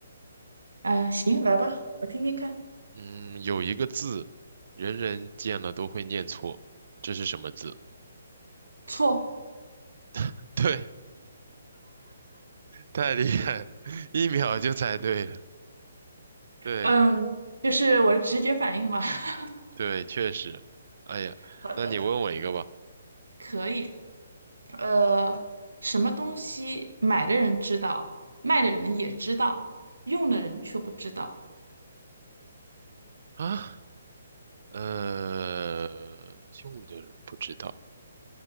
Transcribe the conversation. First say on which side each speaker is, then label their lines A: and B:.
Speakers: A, on the right; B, on the right.
A: 呃，行，来吧，我听听看。
B: 嗯，有一个字，人人见了都会念错，这是什么字？
A: 错，
B: <laughs> 对，太厉害了一秒就猜对了。对
A: 嗯，就是我的直觉反应嘛。<laughs>
B: 对，确实。哎呀，
A: 好的，
B: 那你问我一个吧。
A: 可以。呃，什么东西买的人知道，卖的人也知道，用的人却不知道。
B: 啊，呃，用的人不知道。